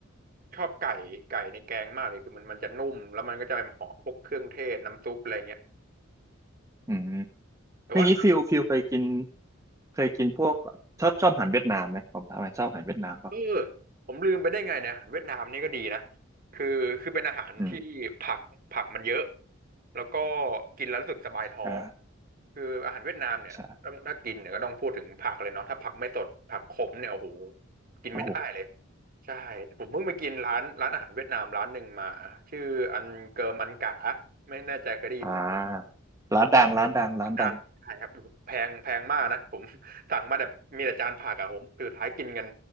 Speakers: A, on the right; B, on the right.
A: ชอบไก่ไก่ในแกงมากเลยคือมันมันจะนุ่มแล้วมันก็จะหอมพวกเครื่องเทศน้ำซุปอะไรเงี้ย
B: อืม
A: แต่ว่า
B: อย่างนี้ฟิลฟิลเคยกินเคยกินพวกชอบชอบอาหารเวียดนามไหมผมถามหน่อยชอบอาหารเวียดนามป่ะ
A: เออผมลืมไปได้ไงเนี่ยอาหารเวียดนามนี่ก็ดีนะคือคือเป็นอาหารที่ผักผักมันเยอะ
B: อืม
A: แล้วก็กินแล้วรู้สึกสบายท้อง
B: ใช่
A: คืออาหารเวียดนามเนี่ยต้องถ้ากินเนี่ยก็ต้องพูดถึงผักเลยเนาะถ้าผักไม่สดผักขมเนี่ยโอ้โห
B: ใช่
A: กินไม่ได้เลย
B: โอ้โห
A: ใช่ผมเพิ่งไปกินร้านร้านอาหารเวียดนามร้านหนึ่งมาชื่ออันเกิมอันกาไม่แน่ใจเคยได้ยินไหม
B: อ่าร้านดังร้านดังร้านดัง
A: ดังใช่ครับแพงแพงมากนะผม <laughs> สั่งมาแบบมีแต่จานผักอะผมสุดท้ายกินกัน